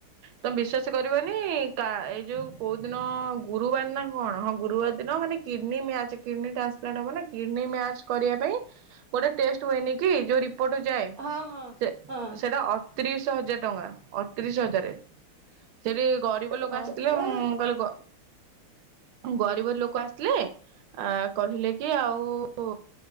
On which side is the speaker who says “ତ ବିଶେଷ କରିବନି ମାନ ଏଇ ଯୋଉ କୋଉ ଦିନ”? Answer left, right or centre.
Right